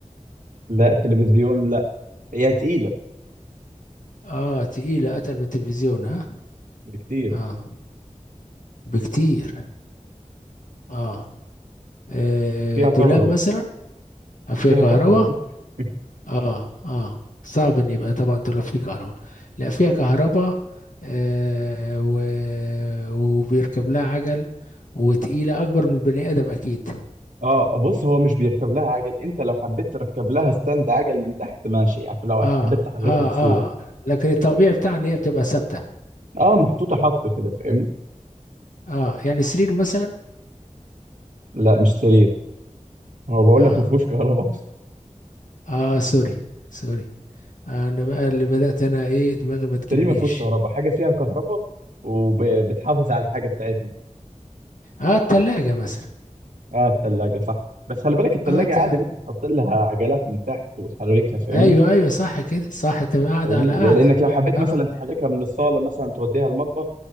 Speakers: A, on the right (about 80°); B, on the left (about 80°).
A: لا التلفزيون لا هي تقيلة
B: اه تقيله اتقل من التلفزيون اه
A: بكتير
B: اه بكتير اه, آه
A: وفيها
B: دولاب
A: كهرباء
B: مثلا آه،
A: ما
B: فيها
A: فيها
B: كهرباء
A: كهرباء بقول <laughs>
B: اه اه صعب ان يبقى طبعا دولاب فيه كهرباء لا فيها كهرباء آه و... وبيركب لها عجل وتقيلة أكبر من البني آدم أكيد
A: اه بص هو مش بيركب لها عجل انت لو حبيت تركب لها ستاند عجل من تحت ماشي يعني لو
B: اه
A: حبيت تحركها
B: اه
A: بسهولة
B: اه لكن الطبيعي بتاعها ان هي بتبقى ثابته
A: اه محطوطة حط كده فاهمني
B: اه يعني سرير مثلا
A: لا مش سرير هو بقول
B: اه
A: لك ما فيهوش كهرباء <laughs> اصلا،
B: اه سوري سوري آه انا بقى اللي بدات انا ايه دماغي ما
A: السرير
B: تجيبنيش
A: ما فيهوش كهرباء حاجة فيها كهرباء وبتحافظ على الحاجة بتاعتنا
B: اه التلاجة مثلا
A: اه التلاجة صح بس خلي بالك التلاجة
B: اه ت...
A: عادي ممكن تحط لها عجلات من تحت وتحركها فاهمني
B: ايوه ايوه صح كده صح تبقى قاعده
A: فاهمني
B: على قاعده
A: لأ- لانك لو حبيت
B: اه
A: مثلا تحركها من الصاله مثلا توديها المطبخ